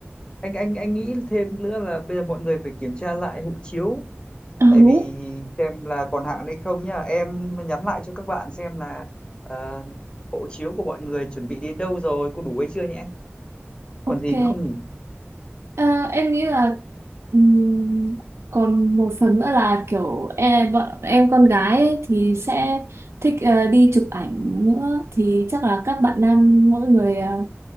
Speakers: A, on the left; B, on the right.
A: anh anh anh nghĩ thêm nữa là bây giờ mọi người phải kiểm tra lại hộ chiếu
B: Ờ
A: tại
B: đúng.
A: vì xem là còn hạn hay không nhá em nhắn lại cho các bạn xem là ờ, hộ chiếu của mọi người chuẩn bị đến đâu rồi có đủ hay chưa nhé
B: Ok.
A: còn gì nữa không nhỉ
B: Ờ, em nghĩ là ừm, còn một phần nữa là kiểu em bọn em con gái ấy thì sẽ thích ờ, đi chụp ảnh nữa thì chắc là các bạn nam mỗi người ờ,